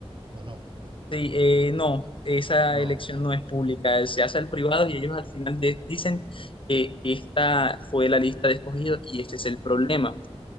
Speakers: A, on the right; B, on the left.
A: ¿O no?
B: sí, eh, no, esa
A: No.
B: elección no es pública, se hace al privado y ellos al final de- dicen que esta fue la lista de escogidos y este es el problema.